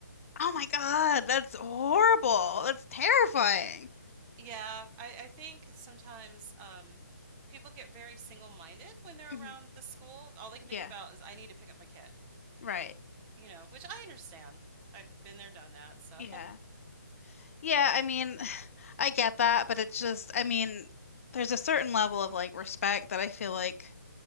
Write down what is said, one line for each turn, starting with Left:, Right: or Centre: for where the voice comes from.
Left: Oh my God, that's horrible. That's terrifying.
Right: Yeah, I I think sometimes, um, people get very single-minded when they're
Left: Mhm.
Right: around the school. All they can
Left: Yeah,
Right: think about is, "I need to pick up my kid,"
Left: right.
Right: you know, which I understand. I've been there, done that, so
Left: Yeah.
Right: <laughs>
Left: Yeah, I mean, <sighs> I get that, but it's just, I mean, there's a certain level of like respect that I feel like